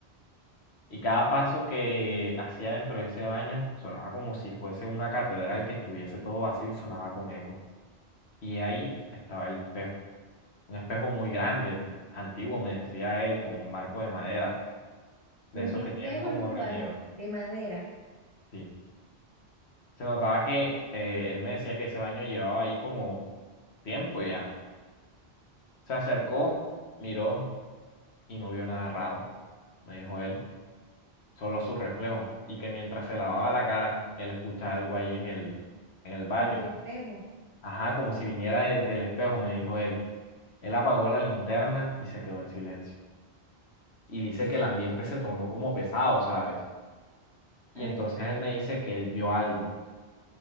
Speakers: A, on the left; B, on the right.
A: Y cada paso que hacía dentro de ese baño sonaba como si fuese una catedral que estuviese todo vacío y sonaba con eco. Y ahí estaba el espejo. Un espejo muy grande, antiguo, me decía él, con un marco de madera,
B: Un
A: de esos
B: espejo
A: que tienen como
B: en un
A: relieve.
B: baño de madera,
A: Sí. Se notaba que eh, él me decía que ese baño llevaba ahí como tiempo ya. Se acercó, miró y no vio nada raro, me dijo él, solo su reflejo, y que mientras se lavaba la cara, él escuchaba algo ahí en el, en el baño.
B: en el espejo.
A: Ajá, como si viniera de- del espejo, me dijo él. Él apagó la linterna y se quedó en silencio. Y dice que el ambiente se tornó como pesado, ¿sabes? Y
B: Ay,
A: entonces él me dice que él vio algo,